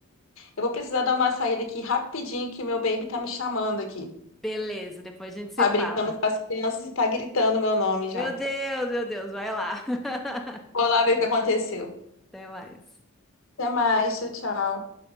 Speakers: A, on the left; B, in the centre.
A: Eu vou precisar dar uma saída aqui rapidinho, que meu baby tá me chamando aqui.
B: Beleza, depois a gente se
A: Tá
B: fala.
A: brincando com as crianças e tá gritando meu nome já.
B: Meu Deus, meu Deus, vai lá. <laughs>
A: Vou lá ver o que aconteceu.
B: Até mais.
A: Até mais, tchau, tchau.